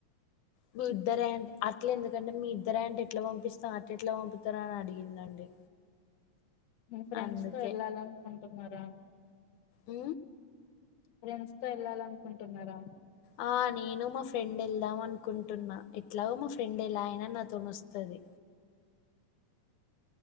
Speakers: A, on the left (about 80°); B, on the left (about 65°).
A: మీ ఇద్దర ఏంటి అట్ల ఎందుకంటే మీ ఇద్దర ఏ అంటే ఎట్లా పంపిస్తా అట్ ఎట్లా పంపుతార అని అడిగిందండి
B: ఫ్రెండ్స్
A: అందుకే
B: తో ఎల్లాలనుకుంట తిన్నార
A: అ
B: ఫ్రెండ్స్ తో వెళ్ళాలనుకుంటున్నారా
A: ఆ! నేను మా ఫ్రెండ్ ఎళ్దాం అన్ అనుకుంటున్నా ఎట్లాగో మా ఫ్రెండ్ ఎలా అయినా నా తోనోస్తది